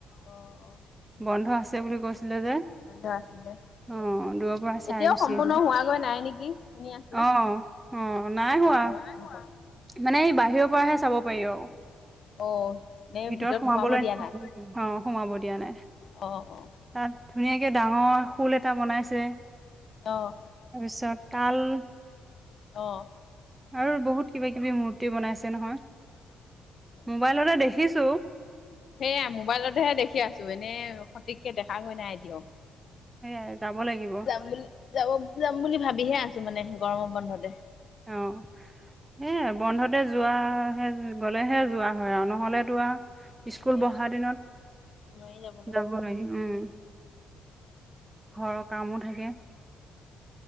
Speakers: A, on the left; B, on the right.
A: অ', অ',
B: বন্ধ আছে বুলি কৈছিলে যে,
A: বন্ধ আছিলে
B: অ', দুৰ পৰা চাই
A: এতিয়াও
B: গুচি
A: সম্পূৰ্ণ
B: আহিলো,
A: হোৱাগৈ নাই নেকি শুনি আছো।
B: অ', অ', নাই
A: মানুহৰ
B: হোৱা।
A: আগত মুখত
B: মানে ই বাহিৰৰ পৰাহে চাব পাৰি আৰু।
A: অ', নে
B: ভিতৰত সোমাবলৈ,
A: সোমাব দিয়া নাই
B: অ', সোমাব দিয়া নাই।
A: অ', অ'।
B: তাত ধুনীয়াকে ডাঙৰ শোল এটা বনাইছে।
A: অ'।
B: তাৰপিছত তাল
A: অ'।
B: আৰু বহুত কিবা, কিবি মূৰ্তি বনাইছে নহয়,
A: অ'।
B: মোবাইলতে দেখিছো।
A: সেইয়া মোবাইলতহে দেখি আছো, এনেই সঠিককে দেখা গৈ নাই এতিয়াও।
B: সেইয়াই যাব লাগিব।
A: যাম বুলি যাব, যাম বুলি ভাবিহে আছো মানে গৰমৰ বন্ধতে।
B: অ'। এ বন্ধতে যোৱা হে গ'লেহে যোৱা হয় আৰু নহ'লেতো আও
A: নহ'লে
B: স্কুল বহা দিনত
A: নোৱাৰি যাবলৈ
B: যাব <unintelligible> উম। ঘৰৰ কামো থাকে।